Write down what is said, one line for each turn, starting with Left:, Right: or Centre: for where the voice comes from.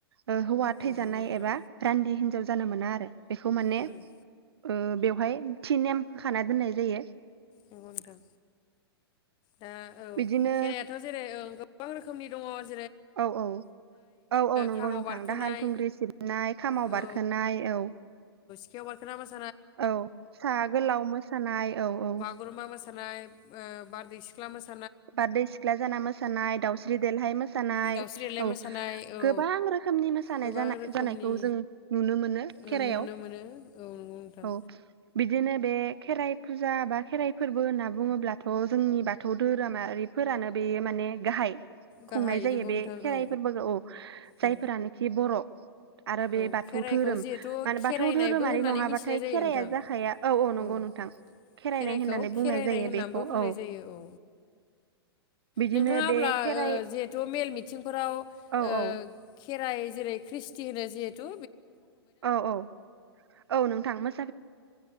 Right: ओ हौवा
Left: औ
Right: थैजानाय
Left: नंगौ नोंथां
Right: एबा रान्दि हिनजाव जानो मोना आरो बेखौ माने
Left: उम
Right: ओ बेवहाय थि नेम होखाना दोननाय जायो।
Left: नंगौ नोंथां दा औ
Right: बिदिनो
Left: खेरायाथ जेरै ओ गोबां रोखोमनि दङ स
Right: औ-औ-औ-औ नंगौ
Left: खामाव
Right: नोंथां
Left: बारखोनाय
Right: दाहाल थुंग्रि सिबनाय खामाव
Left: औ
Right: बारखोनाय औ
Left: <unintelligible> बारखोना मोसौ
Right: औ सा गोलाव मोसानाय औ-औ
Left: गुरुमा मोस <unintelligible> नाय ओ बारदै सिख्ला मोस
Right: बारदै सिख्ला जाना मोसानाय दाउस्रि देलहाय मोसानाय
Left: दाउस्रि देलाय
Right: औ
Left: मोसानाय औ
Right: गोबां रोखोमनि मोसानाय
Left: गोबां
Right: जानाय-जानायखौ
Left: रोखोमनि
Right: जों नुनो मोनो
Left: ओं
Right: खेराइआव
Left: नुनो मोनो औ नंगौ नोंथां
Right: औ बिदिनो बे खेराइ फुजा बा खेराइ फोरबो होनना बुङोब्लाथ जोंनि बाथौ धोरोमारिफोरानो बे माने गाहाय
Left: गाहाय
Right: खुंनाय जायो
Left: नंगौ
Right: बे
Left: नोंथां
Right: खेराइ
Left: औ
Right: फोरबोगौ औ जायफोरानोखि
Left: औ
Right: बर' आरो बे
Left: औ
Right: बाथौ
Left: खेराइखौ
Right: धोरोम
Left: जिहेथु
Right: मान
Left: खेराइनायबो
Right: बाथौ धोरोमारि
Left: होननानै
Right: नङाबाथाय
Left: मिथिनाय जायो
Right: खेराइया
Left: नोंथां
Right: जाखाया औ-औ नंगौ
Left: औ
Right: नोंथां खेराइनाय
Left: खेराइखौ
Right: होननानै
Left: खेराइनाय
Right: बुंनाय जायो
Left: होननानैबो
Right: बेखौ
Left: बुंनाय
Right: औ
Left: जायो औ
Right: बिदिनो
Left: नोंथाङा
Right: बे
Left: अब्ला
Right: खेराइ
Left: ओ जिहेथु मेल मिथिंफोराव ओ
Right: औ औ
Left: खेराइ जेरै ख्रिसथि होनो जिहेतु
Right: औ औ औ नोंथां मास